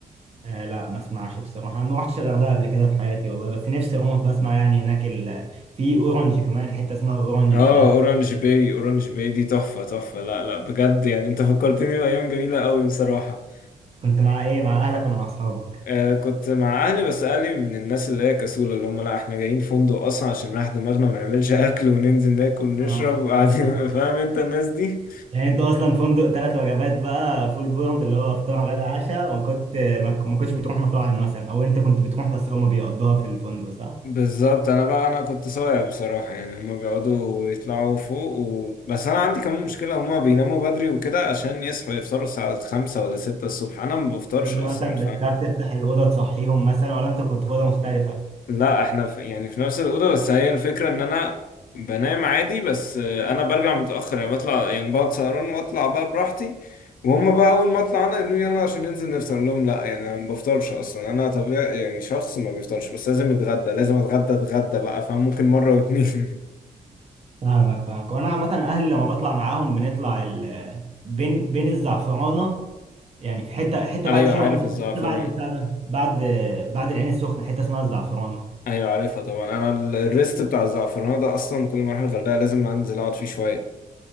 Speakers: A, on the right; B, on the left.
A: آه لا ما اسمعش بصراحة ما رحتش الغردقة قبل كده في حياتي والله بس نفسي اروح بسمع يعني هناك ال... في اورنج كمان حتة اسمها اورنج
B: اه
A: مش عارف
B: اورانج
A: كده
B: باي اورانج باي دي تحفة تحفة لا لا بجد يعني انت فكرتني بأيام جميلة قوي بصراحة
A: كنت مع ايه مع اهلك ولا مع اصحابك
B: آه كنت مع أهلي بس أهلي من الناس اللي هي كسولة اللي هم لا إحنا جايين فندق أصلا عشان نريح دماغنا ما نعملش أكل وننزل ناكل ونشرب
A: اه
B: وبعدين
A: <laughs>
B: <laughs> فاهم أنت الناس دي
A: يعني انت اصلا فندق ثلاث وجبات بقى فول بورد اللي هو فطار غدا عشاء وكنت ما ما كنتش بتروح مطاعم مثلا او انت كنت بتروح بس هما بيقضوها في الفندق صح؟
B: بالظبط أنا بقى أنا كنت صايع بصراحة يعني هم بيقعدوا يطلعوا فوق و... بس أنا عندي كمان مشكلة هم بيناموا بدري وكده عشان يصحوا يفطروا الساعة خمسة ولا ستة الصبح أنا ما بفطرش
A: انت
B: أصلا
A: مثلا بتخاف تفتح الأوضة تصحيهم مثلا ولا انت كنت في أوضة مختلفة؟
B: لا احنا في يعني في نفس الأوضة بس هي الفكرة ان انا بنام عادي بس آه، انا برجع متأخر يعني بطلع يعني بقعد سهران واطلع بقى براحتي وهم بقى اول ما اطلع انا يقولوا لي يلا عشان ننزل نفطر أقول لهم لا يعني انا ما بفطرش اصلا انا طبيعي يعني شخص ما بيفطرش بس لازم اتغدى لازم اتغدى اتغدى بقى فممكن مرة واتنين <laughs>
A: فاهمك فاهمك وانا عامه اهلي لما بطلع معاهم بنطلع ال... بين بين الزعفرانه يعني في حته حته
B: ايوه
A: بعد شرم
B: عارف الزعفران
A: حته بعد بتاع ده بعد بعد العين السخنه حته اسمها الزعفرانه
B: ايوه عارفها طبعا انا ال- الريست بتاع الزعفران ده اصلا كل ما اروح الغردقة لازم انزل اقعد فيه شوية